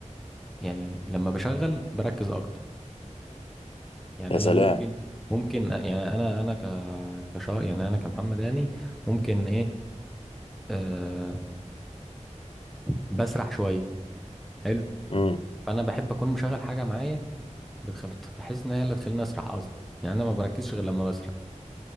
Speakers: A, in the centre; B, on the left.
A: يعني لما بشغل بركز اكتر يعني
B: يا
A: انا
B: سلام
A: ممكن ممكن آه، يعني انا انا ك كشا يعني انا كمحمد يعني ممكن ايه أه بسرح شويه حلو
B: امم
A: فانا بحب اكون مشغل حاجه معايا بتخ- بت- بحيث ان هي اللي تخليني اسرح اصلا يعني انا ما بركزش غير لما بسرح